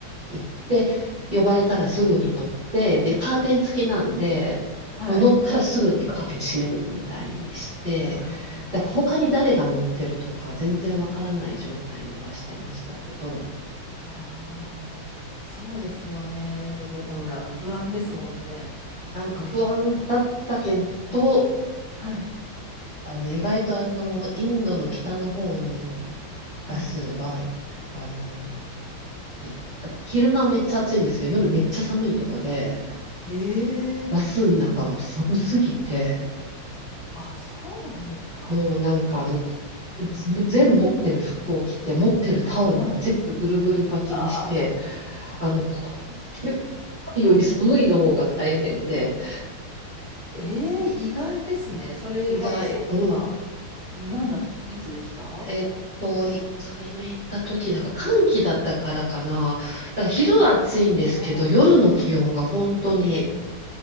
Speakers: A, on the right (about 35°); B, on the left (about 40°).
A: 行って、呼ばれたらすぐに乗って、で、カーテン付きなんで、
B: はい。
A: もう乗ったらすぐにカーテン閉めるみたいにして、
B: あ
A: だから他に誰が乗ってるとか全然わからない状態にはしてましたけど、
B: あ、ああ、そうですよね。
A: うーん、
B: なんか不安ですもんね。
A: なんか不安だったけど、
B: 特にインドの。はい。
A: あの、意外とあの、インドの北の方のバスは、
B: はい。
A: あの、いあ昼間はめっちゃ暑いんですけど、夜めっちゃ寒いとこで、
B: ええ
A: バスの中が寒すぎて、
B: あ、そうなんですか。
A: もうなんかあの、ず全持ってる服を着て、持ってるタオルも全部ぐるぐる巻きにして、
B: はい。ああ、
A: あの、ここ手をいより寒いの方が大変で、
B: ええ意外ですね。それは季節は、
A: 意外、うん、
B: なんだ、いつでしたあ
A: えっと、一回目行った時だから、寒気だったからかな。だから昼は暑いんですけど、
B: あ、
A: 夜の気温が本当に、